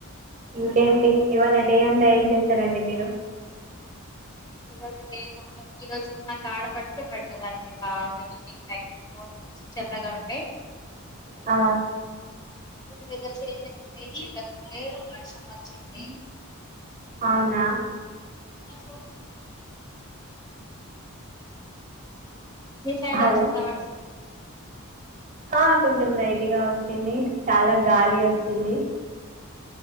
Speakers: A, on the right; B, on the left.
A: ఇంకేంటి ఇవాళ డే అంతా ఏం చేస్ సరే అండి మీరు
B: ఈ రోజు డే మొత్తం ఈ రోజు నా కాడ పట్టం పెట్టది అండి బాగా ఈవినింగ్ టైం లో చి చల్లాగ ఉంటె
A: ఆ
B: మీ వెదర్ చేంజ్ అయింది ఇంతకు ముందే వర్షం అచ్చింది.
A: అవునా
B: <inaudible> మీ సైడ్
A: హలో
B: అచ్చిందా వర్షం
A: ఆ కొంచెం లైట్గ ఒచ్చింది చాల గాలి ఒచ్చింది